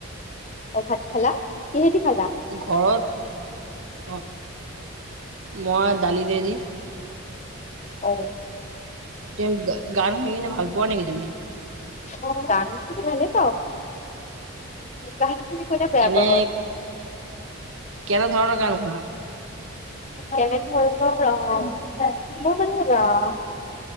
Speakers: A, on the left; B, on the right.
A: অ', ভাত খালা, কিহেদি খালা।
B: ঘৰত, অ' মই দালিতে যি।
A: অ।
B: তুম গান শুনি কিনে ভাল পোৱা নেকি তুমি?
A: অ' গান শুনি ভালে পাওঁ, গান শুনি কোনে বেয়া
B: এনে
A: পাব! <unintelligible>
B: কেনে ধৰণৰ গান শুনা?
A: কেনে ধৰণৰ অঁ', মোৰ মানে আহ